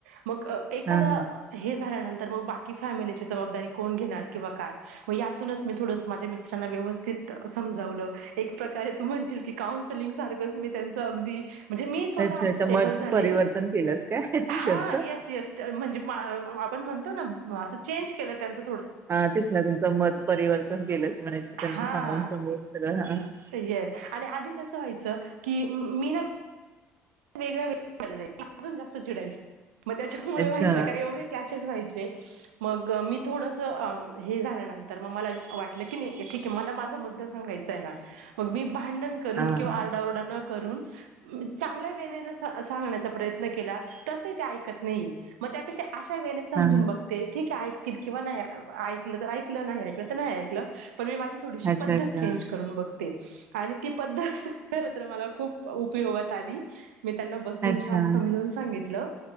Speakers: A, on the right; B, on the right.
A: मग एखादा
B: हा हा
A: हे झाल्यानंतर तर मग बाकी फॅमिली ची जबाबदारी कोण घेणार किंवा काय मग यातूनच मी थोडं माझे मिस्टर राना व्यवस्थित समजावलं एक प्रकारे तू म्हणशील की काउन्सलिंग सारखंच मी अगदी म्हणजे मी स्वतः
B: अच्छा
A: आधी
B: अच्छा
A: स्टेबल
B: मग
A: झाले.
B: परिवर्तन केलंस काय
A: हा
B: त्यांचं
A: येस येस म्हणजे आपण म्हणतो ना असं चेंज केलं त्यांच
B: हा तेच ना त्यांचं मत परिवर्तन केलंच म्हणायच
A: हां,
B: त्यांना सांगून सांगून सगळं हा हा.
A: येस आणि आधी कसं व्हायचं की मी ना वेगळ्या वेग अजून जास्त चिडायच मग त्याच्यामुळे
B: अच्छा
A: व्हायचं काय एवढे क्लॅशेस व्हायचे मग मी थोडस हे झाल्यानंतर तर मग मला वाटलं की नाही ठीक आहे मला माझा मु द्दा सांगायचा आहे ना मग मी भांडण करून
B: हा हा
A: किंवा आरडाओरडा न करून चांगलं गळ्यांनी सांगण्याचा प्रयन केला तसही ऐकत नाहीये मग त्यापेक्षा तेंव्हा समजून
B: हा हा
A: बघते ठीक आहे ऐकतील किंवा नाही ऐकलं तर ऐकलं नाही ऐकलं तर नाही ऐकलं पण मी माझी थोडीशी
B: अच्छा
A: पद्धत
B: अच्छा
A: चेंज करून बघ ते आणि ती पद्धत खर तर मला खूप उपयोगात आली. मी त्यांना बसून
B: अच्छा
A: छान समजून सांगितलं